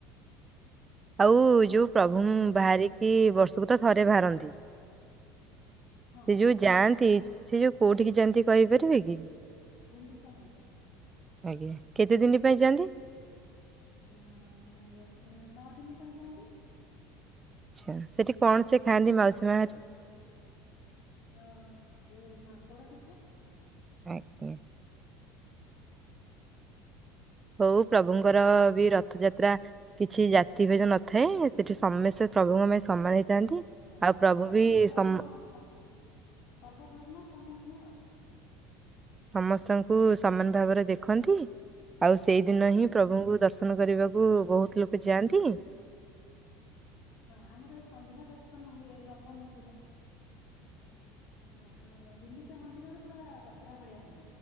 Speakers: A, on the right; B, on the left.
A: ଆଉ ଯୋଉ ପ୍ରଭୁ ବାହାରିକି ବର୍ଷକୁ ତ ଥରେ ବାହାରନ୍ତି।
B: ହଁ
A: ସେ ଯୋଉ ଯାଆନ୍ତି ସେ ଯୋଉ କୋଉଠିକି ଯାଆନ୍ତି କହିପାରିବେ କି?
B: ଗୁଣ୍ଡିଚା ମନ୍ଦିର।
A: ଆଜ୍ଞା କେତେ ଦିନି ପାଇଁ ଯଆନ୍ତି?
B: ଆ ନଅ ଦିନି ପାଇଁ ଯାଆନ୍ତି।
A: ଆ୍ଛ ସେଠି କଣ ସେ ଖାଆନ୍ତି ମାଉସୀ ମାହାର୍
B: ଅ ସେ ମା ପୋଡ ପିଠା।
A: ଆଜ୍ଞା। ହଉ ପ୍ରଭୁଙ୍କର ବି ରଥଯାତ୍ରା। କିଛି ଜାତି ଭେଜ ନଥାଏ ସେଠି ସମେସ୍ତେ ପ୍ରଭୁଙ୍କ ପାଇଁ ସମାନ ହେଇଥାନ୍ତି।
B: ହଁ
A: ଆଉ ପ୍ରଭୁ
B: ସର୍ବ
A: ବି
B: ଧର୍ମ
A: ସମ
B: ସ ସର୍ବ ଧର୍ମ ସମନ୍ୱୟ ଆଉ।
A: ସମସ୍ତଙ୍କୁ ସମାନ ଭାବରେ ଦେଖନ୍ତି? ଆଉ ସେଇ ଦିନ ହିଁ ପ୍ରଭୁଙ୍କୁ ଦର୍ଶନ କରିବାକୁ ବହୁତ ଲୋକ ଯାଆନ୍ତି।
B: ହଁ ଆମର ସନ୍ଧ୍ୟା ଦର୍ଶନ ହୁଏ ନବମୀ ଦିନ। ଆ ଆ ଗୁଣ୍ଡିଚା ମନ୍ଦିରରେ ପୁରା ଯାତ୍ରା ଭଳିଆ ହୁଏ।